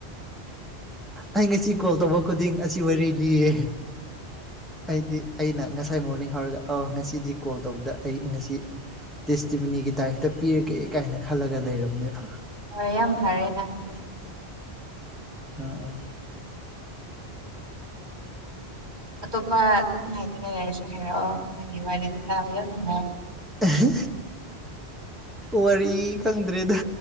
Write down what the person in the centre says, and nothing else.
ꯑꯩ ꯉꯁꯤ ꯀꯣꯜ ꯇꯧꯕ ꯈꯨꯗꯤꯡ ꯑꯁꯤ ꯋꯥꯔꯤ ꯂꯤꯌꯦ ꯑꯩꯗꯤ ꯑꯩꯅ ꯉꯁꯥꯏ ꯃꯣꯔꯅꯤꯡ ꯍꯧꯔꯒ ꯑ ꯉꯁꯤꯗꯤ ꯀꯣꯜ ꯇꯧꯕꯗ ꯑꯩ ꯉꯁꯤ ꯇꯦꯁꯇꯤꯃꯤꯅꯤꯒꯤ ꯇꯥꯏꯞꯇ ꯄꯤꯔꯒꯦ ꯀꯥꯏꯅ ꯈꯜꯂꯒ ꯂꯩꯔꯕꯅꯦꯕ
ꯑ ꯑꯥ
ꯑꯍ ꯋꯥꯔꯤ ꯈꯪꯗ꯭ꯔꯦꯗ